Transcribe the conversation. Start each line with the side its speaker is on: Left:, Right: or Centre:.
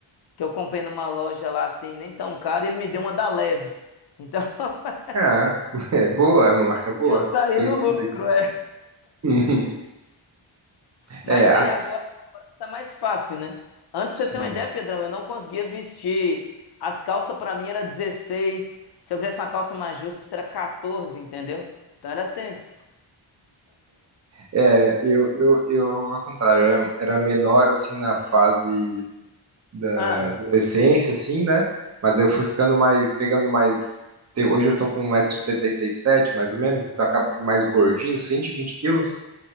Left: que eu comprei numa loja lá assim, nem tão cara, e ele me deu uma da Leves. Então <laughs>
Right: É, <laughs> é boa, é uma marca boa,
Left: eu saí
Right: conhecida
Left: no lucro,
Right: aqui.
Left: é.
Right: Uhum.
Left: Mas
Right: É, a,
Left: aí agora, agora tá mais fácil, né? Antes,
Right: sim.
Left: pra você ter uma ideia, Pedrão, eu não conseguia vestir. As calças pra mim era 16. Se eu quisesse uma calça mais justa, era 14, entendeu? Então era tenso.
Right: É, eu, eu, eu, ao contrário, eu era era menor, assim, na fase da
Left: Ah,
Right: adolescência, assim, né? Mas eu fui ficando mais, pegando mais. te- Hoje eu tô com um metro e setenta e sete mais ou menos, então acabo mais gordinho, 120 quilos.